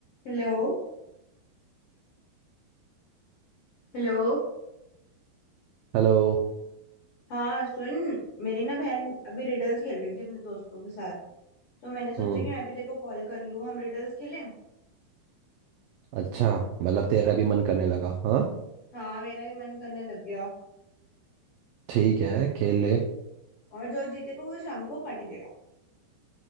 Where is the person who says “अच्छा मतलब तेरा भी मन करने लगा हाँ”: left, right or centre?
Right